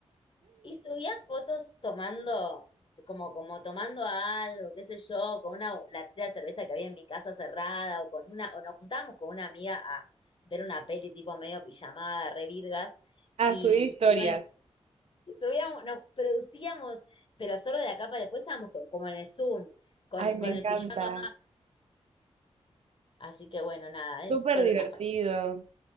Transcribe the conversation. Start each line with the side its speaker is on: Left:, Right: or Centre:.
Left: y subía fotos tomando, como, como tomando algo, qué sé yo, con una latita de cerveza que había en mi casa cerrada, o con una, o nos juntábamos con una amiga a ver una peli tipo medio pijamada, re virgas.
Right: a
Left: Y,
Right: subir historias.
Left: y bueno, subíamos, nos producíamos, pero solo de acá para después estábamos con- como en el Zoom, con,
Right: Ay, me
Left: con
Right: encanta.
Left: el pijama. Así que bueno, nada,
Right: Súper
Left: es solo
Right: divertido.
Left: una falta.